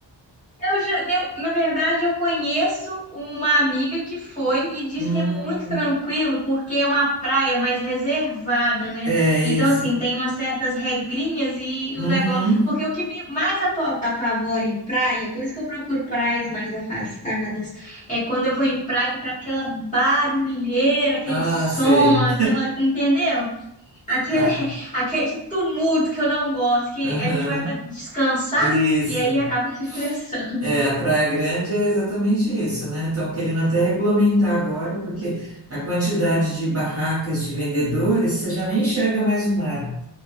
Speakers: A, on the left (about 15°); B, on the right (about 30°).
A: Eu já, eu, na verdade, eu conheço uma amiga que foi e diz
B: Hum,
A: que é muito tranquilo porque é uma praia mais reservada, né?
B: é isso.
A: Então, assim, tem umas certas regrinhas e
B: Uhum.
A: o negócio. Porque o que me mais apo- apavora em praia, por isso que eu procuro praias mais afastadas, é quando eu vou em praia e tá aquela barulheira, aquele
B: Ah,
A: som,
B: sei.
A: aquela, entendeu? Aquele,
B: Ah,
A: <laughs> aquele tumulto que eu não gosto, que
B: aham.
A: a gente vai para descansar
B: Isso.
A: e aí acaba se estressando.
B: É, a Praia Grande é exatamente isso, né? Estão querendo até regulamentar agora, porque a quantidade de barracas de vendedores, você já nem enxerga mais o mar,